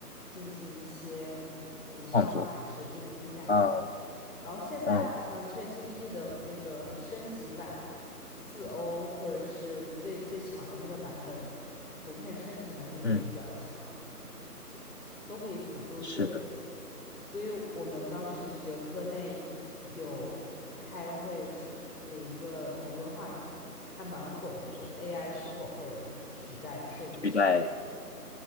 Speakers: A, in the centre; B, on the left.
A: 进行一些图像化指令跟改造，
B: 创作啊，
A: 然后现在好像
B: 嗯
A: ChatGPT 的那个升级版四 O 或者是最最强的那个版本，图片生成能力也比较强。
B: 嗯，
A: 都可以辅助设计。
B: 是的，
A: 所以我们当时学科内有开会是有一个讨论话题，还蛮火的，就是 AI 是否会取代设计师？
B: 取代。